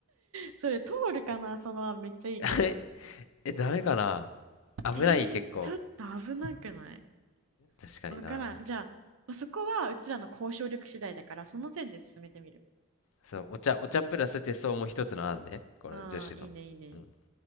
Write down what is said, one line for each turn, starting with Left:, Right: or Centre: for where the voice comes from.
Right: それ通るかなその案めっちゃいいけど。
Left: <laughs> ええダメかな危ない結構
Right: えー、ちょっと危なくない
Left: 確かにな
Right: わからん。じゃあ、まあ、そこはうちらの交渉力次第だから、その線で進めてみる。
Left: そう、お茶、お茶プラス手相も一つの案ね。この女子の。
Right: ああ、いいね、いいね。
Left: うん。